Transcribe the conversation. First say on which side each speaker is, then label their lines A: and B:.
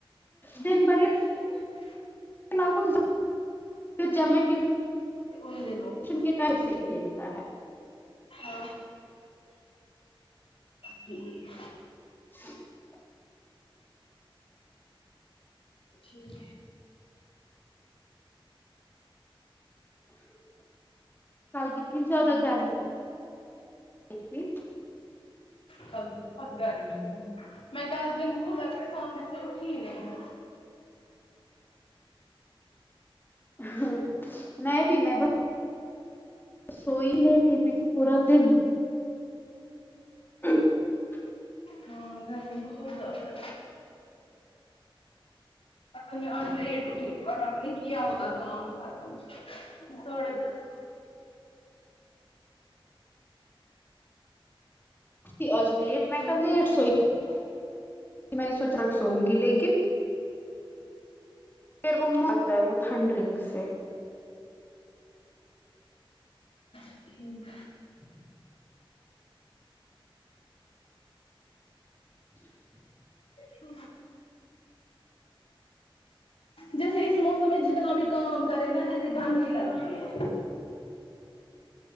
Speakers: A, on the left; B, on the left.
A: دن بھر یہ
B: <inaudible>
A: <unintelligible> جب میں ٹیوش
B: ان دنوں
A: جن کے ٹائپ سے کھیلتا ہے
B: ہاں ٹھیک
A: <inaudible>
B: ٹھیک ہے
A: کل کتنی زیادہ گرمی تھی
B: کل بہت گرمی تھی میں کل دن کولر کے سامنے سے اٹھی ہی نہیں ہوں
A: ہاں میں بھی میں ب سوئی لے ٹی ہوئی تھی پورا دن <inaudible>
B: ہاں گھر بہت زیادہ اصل میں آج لیٹ اٹھی اور رات میں کیا ہوتا کام ختم ساڑھے دس
A: اٹھی آج لیٹ میں کل
B: <inaudible>
A: لیٹ سوئی میں نے سوچ رکھ سوں گی لیکن پھر وہ مرتا ہے وہ تھنڈرنگ سے
B: سنگ
A: <inaudible> <inaudible>
B: تو جیسے اس موسم میں جتنا بھی کام کرے نا جیسے گند ہی لگتی ہے